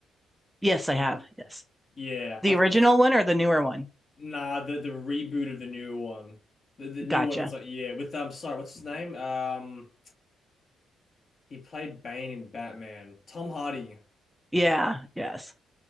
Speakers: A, in the centre; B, on the left.
A: Yes, I have. Yes.
B: Yeah,
A: The
B: I thought
A: original
B: the
A: one or the newer one?
B: nah the the reboot of the new one, the the new
A: Gotcha.
B: one. It's like yeah with um sorry what's his name um he played Bane in Batman Tom Hardy.
A: Yeah, yes.